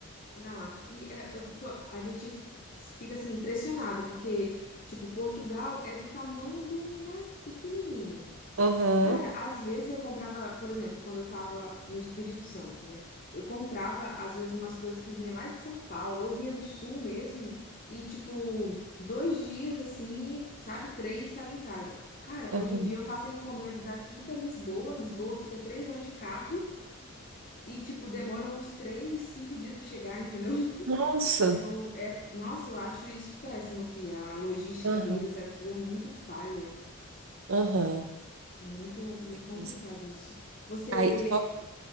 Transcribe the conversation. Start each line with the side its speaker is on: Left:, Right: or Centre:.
Left: Não, aqui é- eu fico, a gente fica assim impressionada, porque, tipo, Portugal é do tamanho de um, né, pequenininho.
Right: Aham,
Left: Cara, às vezes eu comprava, por exemplo, quando eu tava no Espírito Santo, né? Eu comprava, às vezes, umas coisas que vinha lá de São Paulo, ou vinha do Sul mesmo, e, tipo, dois dias, assim, sabe? Três, estava em casa. Cara,
Right: aham.
Left: hoje em dia eu faço a encomenda daqui pra Lisboa. Lisboa fica três horas de carro e, tipo, demora uns três, cinco dias pra chegar, entendeu? <laughs>
Right: Nossa,
Left: Eu, é, nossa, eu acho isso péssimo aqui. A logística
Right: aham,
Left: deles aqui é muito falha.
Right: aham.
Left: É muito, muito complicado
Right: Pois é.
Left: isso. Você.
Right: Aí, só que,